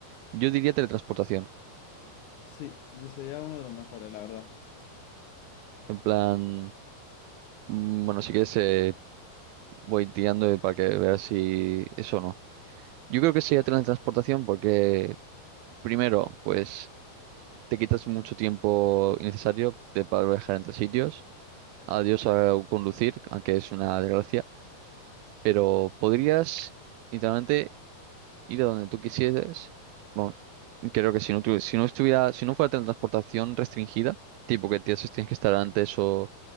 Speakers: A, on the right; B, on the left.
A: Yo diría teletransportación.
B: Sí, sería uno de los mejores, la verdad.
A: En plan, mm, bueno, si quieres eh, voy tirando para que veas si eso o no. Yo creo que sería teletransportación porque Primero, pues te quitas mucho tiempo innecesario de para viajar entre sitios. Adiós a conducir, aunque es una desgracia. Pero podrías literalmente ir a donde tú quisieras. Vamos, creo que si no, tu- si no estuviera, si no fuera transportación restringida, tipo que tienes, tienes que estar antes o,